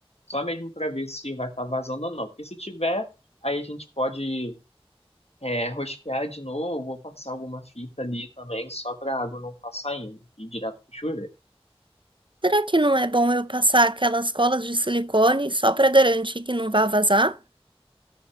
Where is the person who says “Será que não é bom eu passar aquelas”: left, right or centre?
Right